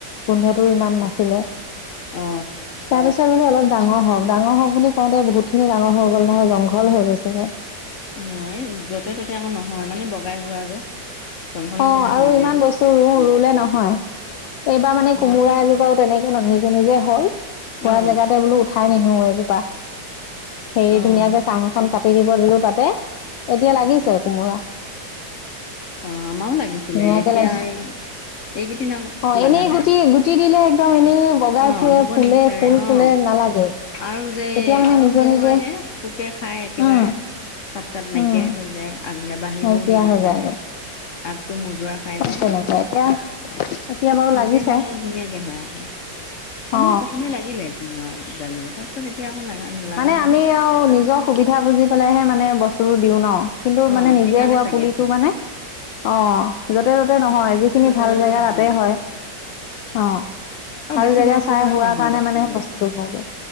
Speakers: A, on the left; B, on the left.
A: গোন্ধটো ইমান নাছিলে,
B: অ
A: তাৰপিছত মানে কিন্তু অলপ ডাঙৰ হওঁক, ডাঙৰ হওঁক বুলি কওঁতে বহুত খিনি ডাঙৰ হৈ গ'ল নহয়। জংঘল হৈ গৈছে গৈ
B: অ', য'তে ত'তে আকৌ নহয়। মানে বগাই যোৱা যে জংঘল
A: অ',
B: নিচিনা
A: আৰু
B: হৈ
A: ইমান
B: যায়।
A: বস্তু ৰুউ ৰুলে নহয় এইবাৰ মানে কোমোৰা এজোপাওঁ তেনেকে <unintelligible> নিজে, নিজে হ'ল হোৱা
B: অ
A: জেগাতে বোলো উঠাই নিনো এজোপা। হেৰি
B: অ অ
A: ধুনীয়াকে চাং এখন পাতি দিব দিলোঁ তাতে, এতিয়া লাগিছে
B: অ
A: কোমোৰা। <inaudible>
B: অ আমাৰো লাগিছিলে
A: ধুনাকে
B: এতিয়া
A: লাগিছে
B: এইকেইদিন
A: অ'
B: লগা
A: এনেই
B: নাই
A: গুটি, গুটি দিলে একদম, এনেই বগাই
B: অ
A: ফুৰে
B: হ'ব
A: ফুলে
B: নিবিচাৰে
A: ফুল ফুলে
B: অ
A: নালাগে
B: আৰু যে
A: এতিয়া মানে
B: অকনমান
A: নিজে নিজে
B: হয় হে পোকে খাই একেবাৰে
A: উম
B: পাত-চাত নাইকিয়াই
A: উম
B: হৈ যায় আগ নাবাঢ়িবও
A: নাইকিয়া
B: নিবিচাৰে
A: হৈ যায়গে
B: টো মোজোৰা খাই
A: চব
B: যায়।
A: তেনেকুৱা এতিয়া এতিয়া বাৰু
B: নিজে
A: লাগিছে
B: হোৱাবোৰ ধুনীয়াকৈ হয় আকৌ আমাৰো
A: অ
B: প্ৰথমে লাগিলে কোমোৰা জালি, তাৰ পিছত এতিয়া আকৌ লগা নাই। লগা
A: মানে আমি আৰু নিজৰ সুবিধা বুজি পেলাইহে মানে বস্তুোবোৰ দিওঁ ন' কিন্তু
B: অ'
A: মানে নিজে
B: সেইকাৰণে
A: হোৱা
B: চাগে
A: পুলিটো মানে অ', য'তে ত'তে নহয় যিখিনি
B: য'তে
A: ভাল
B: ত'তে
A: জেগা
B: নহয়।
A: তাতে হয়। অ' ভাল
B: অ', বেছি
A: জেগা
B: বৰষুণ
A: চাই
B: হ'লেও
A: হোৱা
B: নহয়
A: কাৰণে
B: বস্তুবোৰ
A: মানে বস্তুটো হয়গৈ।